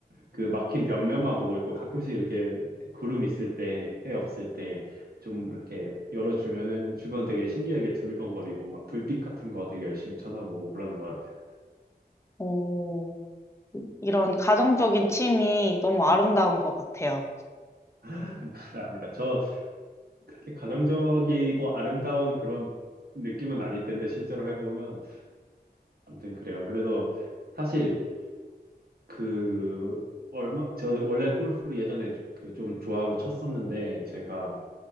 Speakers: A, on the right; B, on the left.
A: 그 막힌 벽면만 보고 있고, 가끔씩 이렇게 구름 있을 때, 해 없을 때, 좀 이렇게 열어주면은 주변 되게 신기하게 두리번거리고, 막 불빛 같은 거 되게 열심히 쳐다보고 그러는 것 같아요.
B: 오, 이런 가정적인 취미 너무 아름다운 것 같아요.
A: <laughs> 감사합니다. 저 이렇게 가정적이고 아름다운 그런 느낌은 아닐 텐데 실제로 해보면 아무튼 그래요. 그래서 사실 그 얼마 저 원래 골프를 예전에 그 좀 좋아하고 쳤었는데 제가